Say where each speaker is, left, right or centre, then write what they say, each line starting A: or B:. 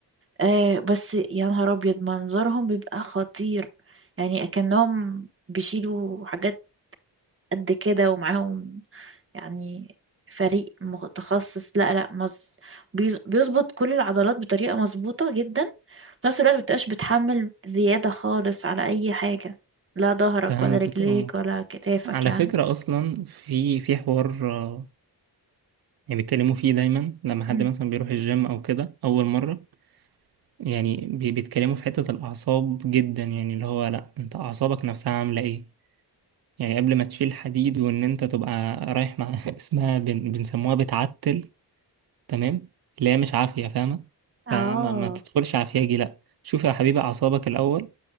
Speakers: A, on the right; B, on the right.
A: آه بس يا نهار أبيض منظرهم بيبقى خطير يعني كأنهم بيشيلوا حاجات قد كده ومعاهم يعني فريق متخصص لا لا مز... بيز- بيظبط كل العضلات بطريقة مظبوطة جدا في نفس الوقت مبتبقاش بتحمل زيادة خالص على أي حاجة لا ظهرك
B: فهمتك
A: ولا رجليك
B: اه
A: ولا كتافك
B: على
A: يعني
B: فكرة اصلا في في حوار آه، يعني بيتكلموا فيه دايما لما حد
A: أمم.
B: مثلا بيروح الجيم او كده اول مرة يعني بي- بيتكلموا في حتة الاعصاب جدا يعني اللي هو لا انت اعصابك نفسها عاملة ايه يعني قبل ما تشيل حديد وان انت تبقى رايح مع <laughs> اسمها بن... بنسموها بتعتل تمام اللي هي مش عافية فاهمة
A: اه
B: ت- ما... ما تدخلش عافياجي لا شوف يا حبيبي اعصابك الاول